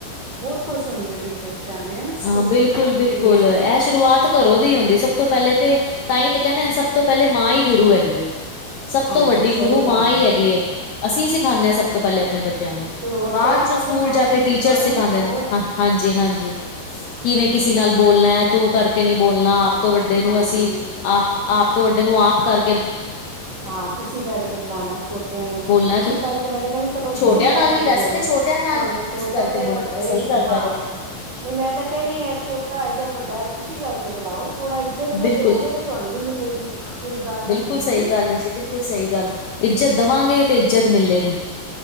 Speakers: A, on the right; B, on the left.
A: ਬਹੁਤ ਖੁਸ਼ ਹੁੰਦੀਆਂ। ਟੀਚਰਸ ਜਾਂਦੇ ਆ ਨਾ, ਸਕੂਲ
B: ਹਾਂ ਬਿਲਕੁਲ-ਬਿਲਕੁਲ
A: ਪੇਟੀਐਮ
B: ਇਹ
A: ਤੇ।
B: ਸ਼ੁਰੂਆਤ ਘਰੋਂ ਦੀ ਹੁੰਦੀ ਸਭ ਤੋਂ ਪਹਿਲੇ ਤੇ ਤਾਂ ਹੀ ਤੇ ਕਹਿੰਦੇ ਨੇ ਸਭ ਤੋਂ ਪਹਿਲੇ ਮਾਂ ਹੀ ਗੁਰੂ ਹੈਗੀ, ਏ ਸਭ
A: ਹਾਂਜੀ
B: ਤੋਂ ਵੱਡੀ
A: ਸਹੀ
B: ਗੁਰੂ
A: ਗੱਲ
B: ਮਾਂ ਹੀ
A: ਹੈ
B: ਹੈਗੀ। ਅਸੀਂ ਸਿਖਾਦੇ ਹਾਂ ਸਭ ਤੋਂ ਪਹਿਲੇ ਆਪਣੇ ਬੱਚਿਆਂ ਨੂੰ
A: ਤੇ ਹੋਰ
B: ਬਾਅਦ
A: ਸਹੀ
B: ਚੋਂ
A: ਗੱਲ
B: ਸਕੂਲ
A: ਹੈ ਮਾਂ
B: ਜਾ ਕੇ
A: ਨੇ
B: ਟੀਚਰ
A: ਸਿਖਾਣਾ
B: ਸਿਖਾਦੇ
A: ਹੋਰ
B: ਨੇ
A: ਕੀ।
B: ਹਾਂ। ਹਾਂਜੀ, ਹਾਂਜੀ ਕਿਵੇਂ ਕਿਸੇ ਨਾਲ ਬੋਲਣਾ ਹੈ ਤੂੰ ਕਰਕੇ ਨਹੀ ਬੋਲਣਾ ਆਪ ਤੋਂ ਵੱਡੇ ਨੂੰ
A: ਹਾਂਜੀ।
B: ਅਸੀਂ ਅਹ ਆਪ ਤੋਂ ਵੱਡੇ ਨੂੰ ਆਪ ਕਰਕੇ,
A: ਹਾਂ ਤੁਸੀਂ ਕਰਕੇ ਬੁਲਾਣਾ ਛੋਟਾ, ਟਿਆਂ ਨਾਲ ਵੀ
B: ਬੋਲਣਾ,
A: ਤੁਸੀਂ ਕਰਕੇ ਮੈਂ ਤਾਂ ਕਹਿੰਦਾ ਚ
B: ਛੋਟਿਆਂ
A: ਤੁਸੀਂ ਕਰਕੇ
B: ਨਾਲ ਵੀ ਵੈਸੇ
A: ਬੋਲੋ
B: ਤਾਂ ਛੋਟਿਆਂ ਨਾਲ
A: ਭਾਵੇਂ
B: ਵੀ
A: ਛੋਟ
B: ਤੁਸੀਂ ਕਰਕੇ
A: ਤਾ ਚਾਹੇ
B: ਬੋਲੀ
A: ਵੱਡੇ
B: ਦਾ, ਸਹੀ ਗੱਲ ਕਹਿ
A: ਹਾਂ।
B: ਰਹੇ ਹੋ ਤੁਸੀਂ।
A: ਨਹੀਂ ਮੈਂ ਤਾਂ ਕਹਿੰਦੀ ਹਾਂ ਛੋਟਾ ਹੈ, ਚਾਹੇ ਵੱਡਾ ਹੈਏ ਤੁਸੀਂ ਕਰਕੇ ਬੁਲਾਓ ਥੋੜਾ ਇੱਜਤ ਜੇ
B: ਬਿਲਕੁਲ
A: ਦਿਓਗੇ। ਤੁਹਾਨੂੰ ਵੀ ਮਿਲੇਗੀ, ਜਿਹੜੀ ਗੱਲ
B: ਬਿਲਕੁਲ
A: ਹੈਗੀ
B: ਸਹੀ
A: ਹਨਾ।
B: ਗੱਲ ਹੈ ਜੀ ਬਿਲਕੁਲ ਸਹੀ ਗੱਲ ਇੱਜਤ ਦੇਵਾਂਗੇ ਤੇ ਇੱਜ਼ਤ ਮਿਲੇਗੀ।